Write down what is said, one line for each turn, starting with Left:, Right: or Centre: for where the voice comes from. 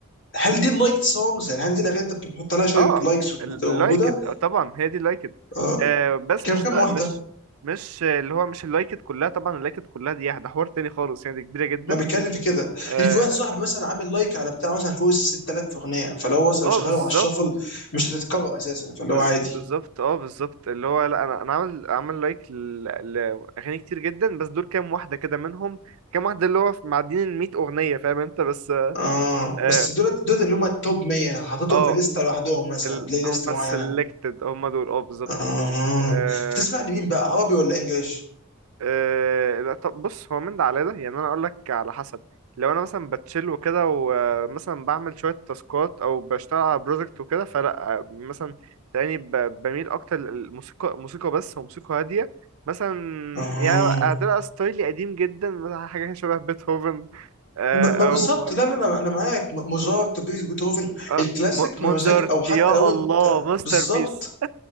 Left: هل دي اللايك سونجز يعني هل دي الاغاني انت بتحط عليها شويه
Right: اه
Left: لايكس وتبقى
Right: اللايكد
Left: موجوده؟
Right: آه طبعا هي دي اللايكد
Left: آه
Right: آه بس
Left: كم
Right: مش
Left: كم
Right: لا
Left: واحده؟
Right: مش مش آه، اللي هو مش اللايكد كلها طبعا اللايكد كلها دي ده حوار تاني خالص يعني دي كبيرة جدا
Left: ما بيتكلم في كده
Right: اه
Left: لان في واحد صاحبي مثلا عامل لايك على بتاع مثلا فوق ال 6000 اغنيه فلو مثلا لو
Right: آه،
Left: شغالهم
Right: بالظبط
Left: على الشفل مش هتتكرر اساسا فاللي
Right: بز-
Left: هو عادي
Right: بالظبط اه بالظبط اللي هو لا انا انا عامل عامل لايك ل- لاغاني كتير جدا بس دول كام واحده كده منهم كام واحده اللي هو في- معديين ال 100 اغنيه فاهم انت بس
Left: اه
Right: اه
Left: بس دول دول اللي هم التوب 100 انا حاططهم
Right: اه
Left: في لسته لوحدهم مثلا
Right: ال-
Left: بلاي ليست
Right: هم
Left: معينه
Right: selected هم دول اه بالظبط
Left: اه
Right: آه،
Left: بتسمع لمين بقى عربي ولا انجليش؟
Right: أه لا طب بص هو من ده على ده يعني انا اقول لك على حسب لو انا مثلا بتشيل وكده ومثلا بعمل شويه تاسكات او بشتغل على بروجكت وكده فلا آه، مثلا تلاقيني ب- بميل اكتر للموسيقى موسيقى بس وموسيقى هاديه مثلا
Left: اه
Right: يعني هتبقى ستايلي قديم جدا مثلا حاجه شبه بيتهوفن آه،
Left: م-
Right: او
Left: ما بالظبط لا لا لا انا معاك م- موزارت بيتهوفن
Right: آه،
Left: الكلاسيك
Right: م-
Left: ميوزك
Right: موزارت
Left: او حتى
Right: يا
Left: لو
Right: الله
Left: انت
Right: ماستر
Left: بالظبط
Right: بيس